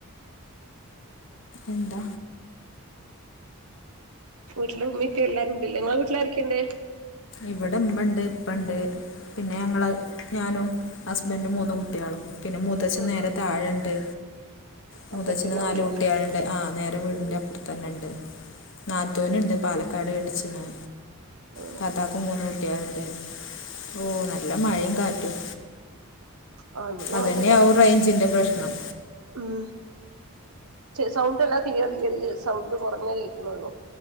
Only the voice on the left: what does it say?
എന്താ?
ഇവിടെ ഇമ്മണ്ട് ഇപ്പണ്ട് പിന്നെ ഞങ്ങള് ഞാനും ഹസ്ബൻഡും മൂന്ന് കുട്ട്യാളും പിന്നെ മൂ മൂത്തച്ഛൻ
നേരെ താഴണ്ട് മൂത്തച്ഛന്
നാല് കുട്ട്യാളുണ്ട് ആഹ് നേരെ വീടിന്റെ
അപ്പുറത്ത് തന്നെണ്ട് നാത്തൂനിണ്ട് പാലക്കാട് കെട്ടിച്ചിക്ക്‌ണെ
താത്താക്കും മൂന്ന് കുട്ട്യാളുണ്ട് ഓ നല്ല മഴയും കാറ്റും
അതന്നെയാവും
റേഞ്ചിന്റെ പ്രശ്നം.